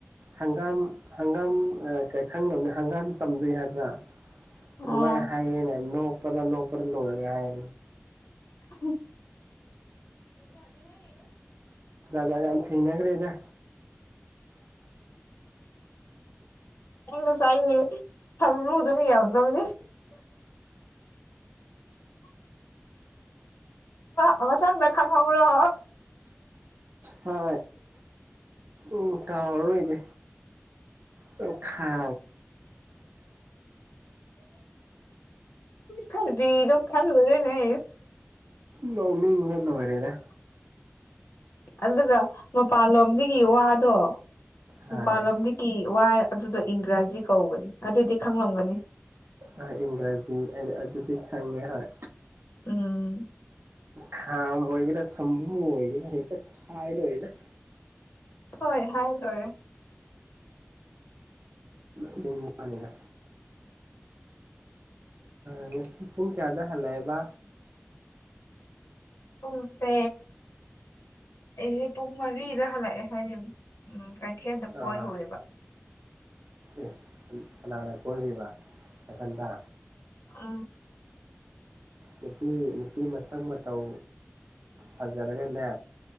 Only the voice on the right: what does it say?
ꯍꯪꯒꯥꯝ ꯍꯪꯒꯥꯝ ꯈꯪꯗꯕꯅꯤ ꯍꯪꯒꯥꯝ ꯇꯝꯗꯣꯏ ꯍꯥꯏꯕ꯭ꯔꯥ ꯑꯗꯨ
ꯃꯥꯥꯏ ꯍꯥꯏꯌꯦꯅ ꯅꯄꯗ ꯅꯄꯗ ꯂꯣꯏ ꯍꯥꯏ
ꯖ ꯌꯥꯝ ꯊꯦꯡꯅꯈ꯭ꯔꯦꯗ
ꯍ ꯎ ꯀꯥꯎꯂꫭꯏꯒꯦ ꯁ ꯈꯥ
ꯃꯧꯃꯤꯅ ꯑꯣꯏꯔꯦꯗ
ꯍꯥꯏ
ꯍꯣꯏ ꯏꯪꯒ꯭ꯔꯥꯖꯤ ꯑꯗꯨꯗꯤ ꯈꯪꯉꯦ ꯍꯣꯏ
ꯈꯝ ꯑꯣꯏꯒꯦꯔ ꯁꯝꯨ ꯑꯣꯏꯒꯦꯔ ꯍ ꯈꯥꯏ ꯂꯗ
<inaudible> ꯅꯤꯗ ꯉꯁꯤ ꯄꯨꯡ ꯀꯌꯥꯗ ꯍꯜꯂꯛꯑꯦꯕ
ꯑꯥ
ꯑꯦ ꯀꯅꯥꯅ ꯀꯣꯏꯔꯤꯕ ꯃꯊꯟꯊ
ꯅꯨꯄꯤ ꯅꯨꯄꯤ ꯃꯁꯪ ꯃꯇꯧ ꯐꯖꯔꯒꯅꯦ